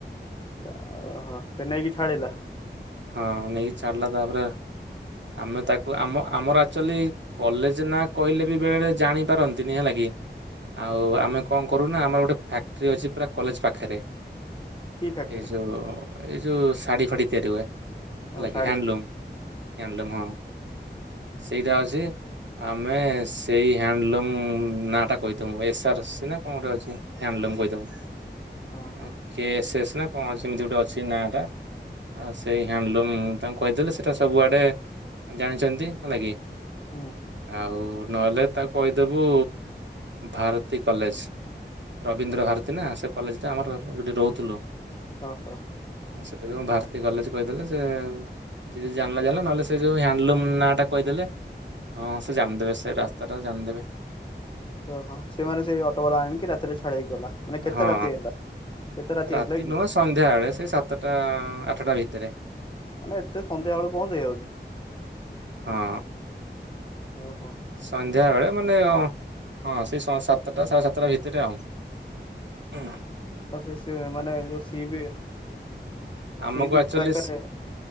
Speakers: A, on the left; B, on the right.
A: ତ ଅ, ଓହୋ ସେ ନେଇକି ଛାଡ଼ିଲା।
B: ହଁ ନେଇକି ଛାଡିଲା ତାପରେ ଆମେ ତାକୁ ଆମ ଆମର ଆକ୍ଚଲି କଲେଜ୍ ନାଁ କହିଲେ ବି ବେଳେବେଳେ ଜାଣି ପାରନ୍ତିନି ହେଲା କି। ଆଉ
A: ଓ
B: ଆମେ କଣ କରୁ ନା ଆମର ଗୋଟେ ଫ୍ୟାକ୍ଟ୍ରି ଅଛି ପୁରା କଲେଜ୍ ପାଖେରେ।
A: କି ଫ୍ୟାକ୍ଟ୍ରି
B: ଏଇ ଯୋଉ ଏଇ ଯୋଉ ଶାଢୀ ଫାଡି ତିଆରି ହୁଏ।
A: ଓ
B: ହେଲା
A: ଶାଢ଼ୀ
B: କି ହ୍ୟାଣ୍ଡଲୁମ୍-ହ୍ୟାଣ୍ଡଲୁମ୍ ହଁ ସେଇଟା ଅଛି। ଆମେ ସେଇ ହ୍ୟାଣ୍ଡଲୁମ୍ ନାଁ ଟା କହିଦବୁ ଏସ୍ଆର୍ ସି ନା କଣ ଗୋଟେ ଅଛି ହ୍ୟାଣ୍ଡଲୁମ୍ କହିଦବୁ।
A: ହଁ ହଁ ହଁ
B: କେ ଏସ୍ ଏସ୍ ନା କଣ ଅଛି ଏମ୍ ତି ଗୋଟେ ଅଛି ନାଁ ଟା, ଆଁ ସେଇ ହ୍ୟାଣ୍ଡଲୁମ୍ ତାଙ୍କୁ କହିଦେଲେ ସେଇଟା ସବୁଆଡ଼େ ଜାଣିଚନ୍ତି ହେଲା କି।
A: ହୁଁ।
B: ଆଉ ନହେଲେ ତାକୁ କହିଦବୁ ଭାରତୀ କଲେଜ୍। ରବୀନ୍ଦ୍ର ଭାରତୀ ନା ସେ କଲେଜଟା ଆମର ଯଉଠି ରହୁଥିଲୁ।
A: ଓହୋ।
B: ସେ <unintelligible> ଭାରତୀ କଲେଜ୍ କହିଦେଲେ ସେ ଯଦି ଜାଣିଲା-ଜାଣିଲା ନହେଲେ ସେ ଯୋଉ ହ୍ୟାଣ୍ଡଲୁମ୍ ନାଁଟା କହିଦେଲେ ହଁ ସେ ଜାଣିଦେବେ ସେ ରାସ୍ତାଟା ଜାଣିଦେବେ।
A: ତ ହଁ ସେ ମାନେ ସେଇ ଅଟୋବାଲା ଆଣିକି ରାତିରେ ଛାଡିକି ଗଲା ମାନେ କେତେ
B: ହଁ
A: ରାତି ହେଲା? କେତେ
B: ରାତି
A: ହେଇଥିଲା କି
B: ନୁହଁ ସନ୍ଧ୍ୟା ବଳେ ସେଇ ସାତଟା ଆଠେଟା ଭିତେରେ।
A: ମାନେ ଏତେ ସନ୍ଧ୍ୟା ବେଳୁ ବନ୍ଦ ହେଇଯାଉଛି
B: ହଁ।
A: ଓହୋ
B: ସନ୍ଧ୍ୟାବେଳେ ମାନେ ହଁ-ହଁ ସେଇ ସାତଟା ସାଢେ ସାତଟା ଭିତେରେ ଆଉ। ହଁ।
A: <inaudible>
B: ଆମକୁ
A: ସି ବିଚ୍
B: ଆଚଲି
A: ପାଖରେ